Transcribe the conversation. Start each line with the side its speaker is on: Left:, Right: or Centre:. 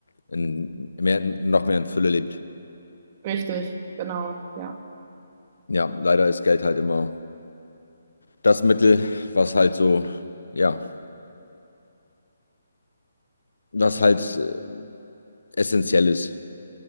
Left: in mehr, noch mehr in Fülle lebt.
Right: Richtig, genau, ja.
Left: Ja, leider ist Geld halt immer das Mittel, was halt so, ja, was halt äh, essentiell ist.